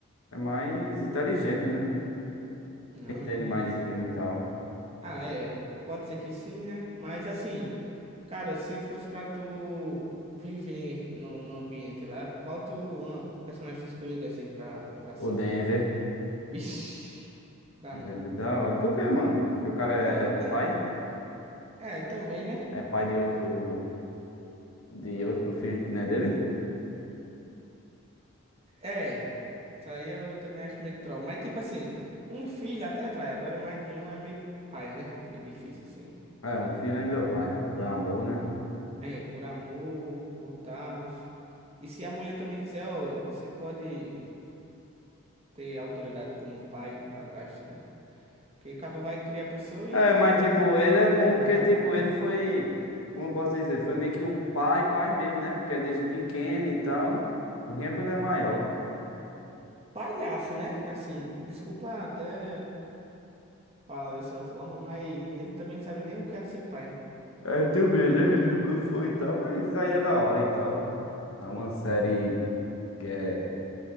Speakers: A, on the left; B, on the right.
A: é mais inteligente, né?
B: Não,
A: Entende
B: não diria
A: mais
B: isso,
A: de filme
B: não.
A: e tal.
B: Ah, é. Pode ser que sim, né? Mas assim, cara, se fosse pra tu viver no, no ambiente lá, qual tu ah, personagem tu escolheria assim pra, pra ser?
A: O Denver,
B: Vixe, <laughs> dá
A: Denver
B: não.
A: é da hora. Por quê, mano? Porque o cara
B: Porque
A: é
B: eu.
A: é pai?
B: te- É, também, né?
A: É pai de outro. De outro filho que não é dele?
B: É, isso aí eu também acho meio troll. Mas, tipo assim, um filho até vai, agora mais de um é meio paia, né? Meio difícil, assim.
A: É, um filho ainda vai, né? Por amor, né?
B: É, por amor, por tal. E se a mulher também disser, ó, você pode ter autoridade como pai, padrasto, não? Porque acaba vai criar a pessoa e
A: É,
B: depois
A: mas tipo,
B: ela tá
A: ele é
B: cuspindo
A: bom porque,
B: na cara
A: tipo,
B: do cara.
A: ele foi, como eu posso dizer, foi meio que o pai, pai mesmo, né? Porque é desde pequeno e tal. O ruim é quando é maior.
B: Palhaço, né? Assim, desculpa até falar dessa forma, mas ele também não sabe nem o que era ser pai.
A: É, também, né? Ele nunca foi e tal, mas aí é da hora e tal. É uma série que é.